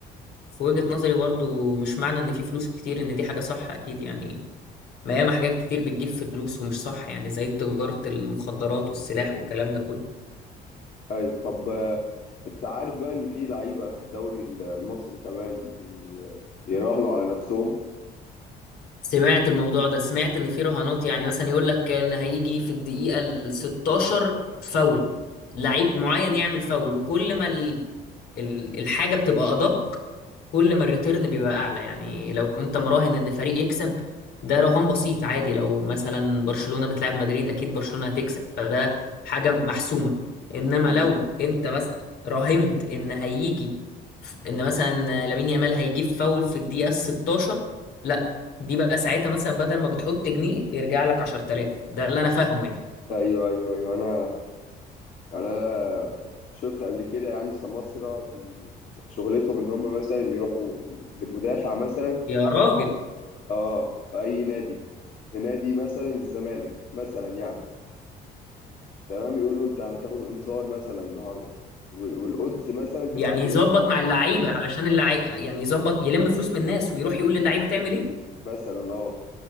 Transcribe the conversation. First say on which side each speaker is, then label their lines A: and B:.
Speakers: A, on the left (about 75°); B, on the left (about 55°).
A: في وجهة نظري برضو مش معنى ان في فلوس كتير ان دي حاجة صح اكيد يعني ما ياما حاجات كتير بتجيب فلوس ومش صح يعني زي تجارة المخدرات والسلاح والكلام ده كله
B: ايوه طب آه، انت عارف بقى ان في لعيبه في الدوري ال- المصري كمان بي... بيراهنوا على نفسهم
A: سمعت الموضوع ده سمعت ان في رهانات يعني مثلا يقول لك ان هيجي في الدقيقة ال 16 فاول لعيب معين
B: مم.
A: يعمل فاول وكل ما ال... ال- الحاجة بتبقى ادق كل ما الريتيرن بيبقى اعلى يعني لو انت مراهن ان فريق يكسب ده رهان بسيط عادي لو مثلا برشلونة بتلعب مدريد اكيد برشلونة هتكسب فده حاجة محسومة انما
B: امم
A: لو انت مثلا راهنت ان هيجي ان مثلا لامين يامال هيجيب فاول في الدقيقة 16 دي بقى ساعتها مثلا بدل ما بتحط جنيه بيرجع لك 10000 ده اللي انا فاهمه يعني
B: ايوه ايوه ايوه انا يعني انا شفت قبل كده يعني سماسرة بي- شغلتهم ان هم مثلا يروحوا لمدافع مثلا
A: يا راجل
B: اه في اي نادي في نادي مثلا الزمالك مثلا يعني تمام يقول له انت هتاخد انذار مثلا النهارده وال- والodds مثلا
A: يعني
B: تبقى عالية
A: يظبط
B: الأودز
A: مع اللعيبه علشان اللعيبه يعني يظبط يلم فلوس من الناس ويروح يقول للعيبه تعمل ايه
B: مثلا اه